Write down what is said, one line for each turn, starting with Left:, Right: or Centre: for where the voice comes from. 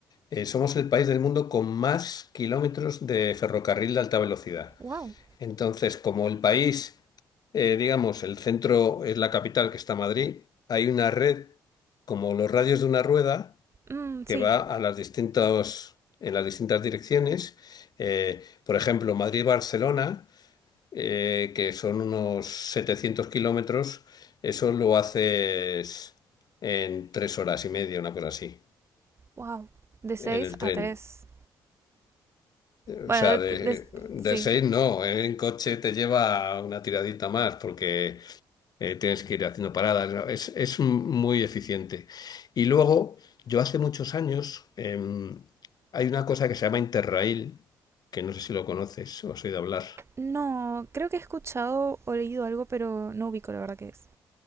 Left: Eh, somos el país del mundo con más kilómetros de ferrocarril de alta velocidad.
Right: Wow.
Left: Entonces, como el país, eh, digamos, el centro es la capital que está Madrid, hay una red como los radios de una rueda
Right: Mm,
Left: que
Right: sí,
Left: va a las distintas, en las distintas direcciones. Eh, por ejemplo, Madrid-Barcelona, eh, que son unos 700 kilómetros, eso lo haces en tres horas y media, una cosa así,
Right: wow. De 6
Left: en el tren.
Right: a 3. Bueno,
Left: O sea,
Right: de-
Left: de,
Right: de- de,
Left: de
Right: sí.
Left: seis no, ¿eh? en coche te lleva una tiradita más porque eh, tienes que ir haciendo paradas, ¿no? Es, es un- muy eficiente. Y luego, yo hace muchos años, em, hay una cosa que se llama Interrail, que no sé si lo conoces o has oído hablar.
Right: No, creo que he escuchado o leído algo, pero no ubico la verdad que es.